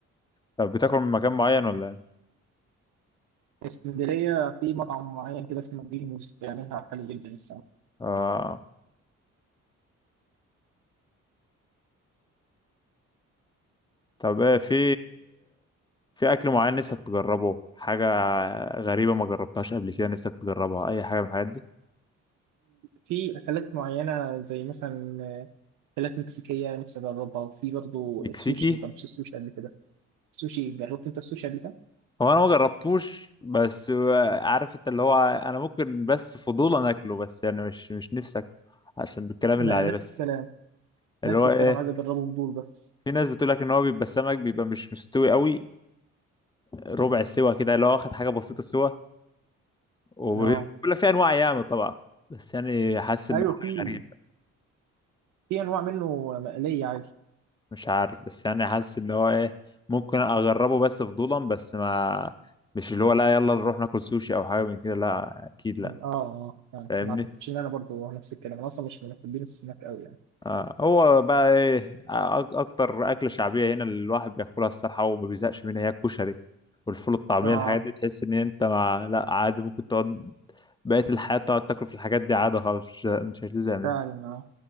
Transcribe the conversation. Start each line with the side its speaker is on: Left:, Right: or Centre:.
Left: طب بتاكل من مكان معين ولا ايه
Right: اسكندرية في مطعم معين كده اسمه جرينوس بيعملها حلو جدا الصراحة
Left: اه طب ايه في في اكل معين نفسك تجربه حاجه غريبه ما جربتهاش قبل كده نفسك تجربها اي حاجه من الحاجات دي
Right: في أكلات معينة زي مثلا آه، أكلات مكسيكية نفسي أجربها وفي برضو
Left: مكسيكي
Right: السوشي ما جربتش السوشي قبل كده السوشي جربت أنت السوشي قبل كده؟
Left: هو انا ما جربتوش بس عارف انت اللي هو انا ممكن بس فضولا اكله بس يعني مش مش نفسك عشان الكلام
Right: ما
Left: اللي
Right: أنا
Left: عليه
Right: نفس
Left: بس
Right: الكلام
Left: اللي
Right: نفس
Left: هو
Right: الكلام
Left: ايه
Right: عايز أجربهم دول بس
Left: في ناس بتقول لك ان هو بيبقى السمك بيبقى مش مستوي قوي ربع السوا كده اللي هو واخد حاجه بسيطه سوا وبيقول
Right: أه
Left: لك في انواع ياما طبعا بس يعني حاسس ان
Right: أيوه
Left: هو حاجه
Right: في
Left: غريبه
Right: في أنواع منه مقلية عادي
Left: مش عارف بس يعني حاسس ان هو ايه ممكن اجربه بس فضولا بس ما مش اللي هو لا يلا نروح ناكل سوشي او حاجه من كده لا اكيد لا
Right: أه أه آه.
Left: فاهمني
Right: ما أعتقدش إن أنا برضو نفس الكلام أنا أصلا مش من محبين السمك أوي يعني
Left: آه، هو بقى ايه أك- اكتر اكله شعبيه هنا اللي الواحد بياكلها الصراحه وما بيزهقش منها هي الكشري والفول الطعميه
Right: أه
Left: الحاجات دي تحس ان انت مع... لا عادي ممكن تقعد بقيه الحياه تقعد تاكل في الحاجات دي عادي خالص مش مش هتزهق منها
Right: فعلا أه